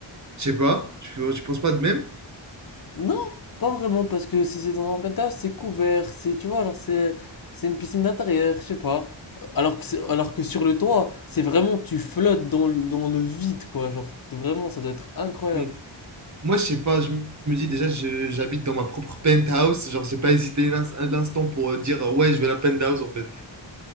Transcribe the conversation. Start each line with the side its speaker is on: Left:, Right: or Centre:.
Right: je sais pas, tu, tu penses pas de même?
Left: Non, pas vraiment, parce que si c'est dans un penthouse, c'est couvert, c'est, tu vois, alors c'est c'est une piscine d'intérieur, je sais pas. Alors que, c'est- alors que sur le toit, c'est vraiment, tu flottes dans le, dans le vide, quoi. Genre, vraiment, ça doit être incroyable.
Right: Mais moi, je sais pas, je me dis déjà, je- j'habite dans ma propre penthouse, genre, j'ai pas hésité un, ins- un instant pour euh, dire, euh, ouais, je veux la penthouse en fait.